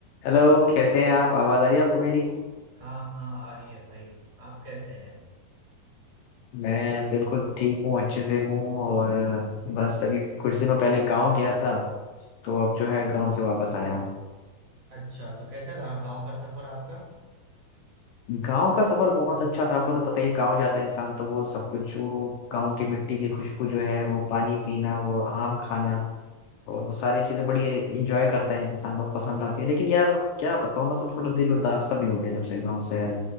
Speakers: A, on the left (about 75°); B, on the right (about 50°).
A: Hello कैसे हैं आप आवाज़ आ रही है आपको मेरी
B: हाँ हाँ आ रही है भाई आप कैसे हैं
A: मैं बिल्कुल ठीक हूँ अच्छे से हूँ और बस अभी कुछ दिनों पहले गांव गया था तो अब जो है गांव से वापस आया हूँ
B: अच्छा तो कैसा रहा गांव का सफर आपका
A: गांव का सफर बहुत अच्छा था आपको तो पता ही है, गांव जाता है इंसान तो वो सब कुछ जो गांव की मिट्टी की खुशबू जो है वो पानी पीना वो आम खाना और वो सारी चीजें बड़ी इंजॉय करता है इंसान बहुत पसंद आती है लेकिन यार क्या बताऊँ मैं तो थोड़ा दिल उदास सा भी हो गया जब से गाँव से